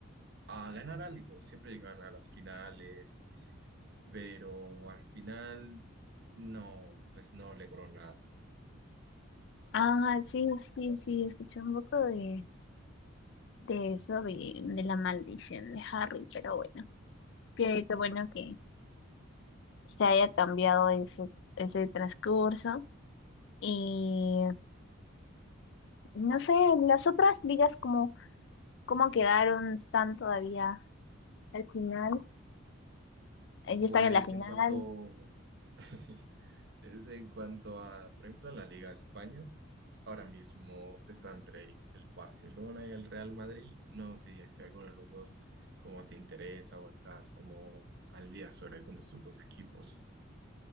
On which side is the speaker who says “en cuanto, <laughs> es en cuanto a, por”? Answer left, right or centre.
Right